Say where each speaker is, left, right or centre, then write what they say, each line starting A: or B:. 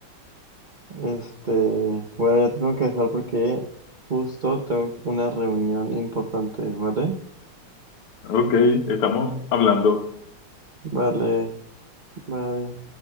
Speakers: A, on the right; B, on the left.
A: Este, bueno, ya te tengo que dejar porque justo tengo una reunión importante, ¿vale?
B: Ok, estamos hablando.
A: Vale, bye.